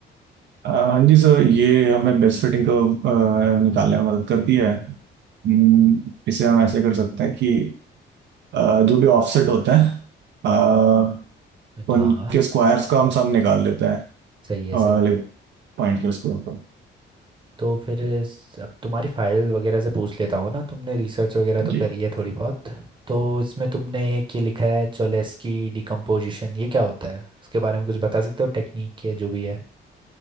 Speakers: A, on the right; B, on the right.
A: अ, हाँ जी सर ये हमें बेस्ट फिटिंग को अ, निकालने में मदद करती है हम्म, इसे हम ऐसे कर सकते हैं कि अ, जो भी ऑफसेट होते हैं अ, उनके
B: हाँ हाँ
A: स्क्वायर्स का हम सब निकाल लेते हैं
B: सही है सही
A: लाइक
B: है
A: पॉइंट के स्क्वायर पर
B: तो फिर इस- अब तुम्हारी फाइल वगैरह से पूछ लेता हूँ ना तुमने रिसर्च वगैरह तो
A: जी
B: करी है थोड़ी बहुत तो इसमें तुमने एक ये लिखा है चोलेस्की डिकम्पोजिशन ये क्या होता है इसके बारे में कुछ बता सकते हो टेक्निक के जो भी है